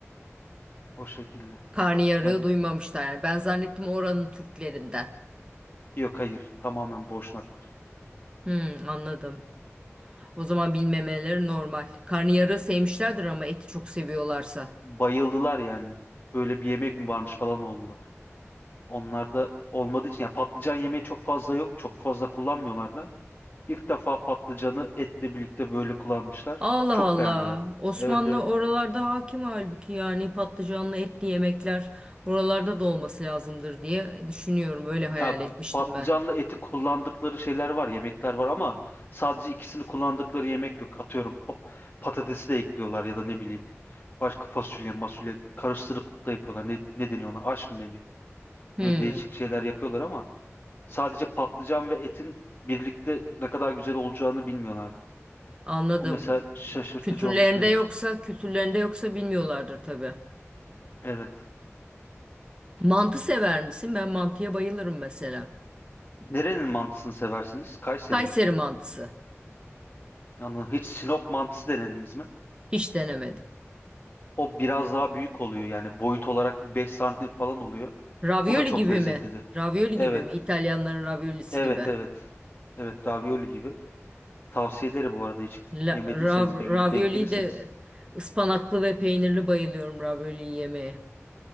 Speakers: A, on the left (about 40°); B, on the right (about 20°).
A: o şekilde.
B: Karnıyarığı
A: Yani
B: duymamışlar yani. Ben zannettim oranın Türklerinden.
A: yok hayır tamamen Boşnaklar.
B: Hı, anladım. O zaman bilmemeleri normal. Karnıyarığı sevmişlerdir ama eti çok seviyorlarsa.
A: Bayıldılar yani böyle bir yemek mi varmış falan oldular. Onlar da olmadığı için ya patlıcan yemeği çok fazla yok, çok fazla kullanmıyorlar da. İlk defa patlıcanı etle birlikte böyle kullanmışlar.
B: Allah
A: Çok
B: Allah.
A: beğendiler.
B: Osmanlı
A: Evet evet.
B: oralarda hakim halbuki yani patlıcanlı etli yemekler oralarda da olması lazımdır diye düşünüyorum. Öyle hayal
A: Ya
B: etmiştim
A: patlıcanlı
B: ben.
A: eti kullandıkları şeyler var, yemekler var ama sadece ikisini kullandıkları yemek yok. Atıyorum pa- patatesi de ekliyorlar ya da ne bileyim başka fasulye, masulye karıştırıp da yapıyorlar. Ne, ne deniyor ona? Aş mı deniyor?
B: Hmm,
A: Böyle değişik şeyler yapıyorlar ama sadece patlıcan ve etin birlikte ne kadar güzel olacağını bilmiyorlardı.
B: anladım.
A: O mesela şaşırtıcı
B: Kültürlerinde
A: olmuştu benim
B: yoksa,
A: için.
B: kültürlerinde yoksa bilmiyorlardır tabii.
A: Evet.
B: Mantı sever misin? Ben mantıya bayılırım mesela.
A: Nerenin mantısını seversiniz? Kayseri
B: Kayseri
A: mi?
B: mantısı.
A: Anladım. Hiç Sinop mantısı denediniz mi?
B: Hiç denemedim.
A: O biraz daha büyük oluyor yani boyut olarak 5 santim falan oluyor.
B: Ravioli
A: O da çok
B: gibi
A: lezzetlidir.
B: mi? Ravioli
A: Evet.
B: gibi mi? İtalyanların raviolisi
A: Evet
B: gibi.
A: evet. Evet ravioli gibi. Tavsiye ederim bu arada hiç
B: La,
A: yemediyseniz
B: rav,
A: bir gün
B: ravioli
A: denk gelirseniz.
B: de ıspanaklı ve peynirli bayılıyorum ravioli yemeye.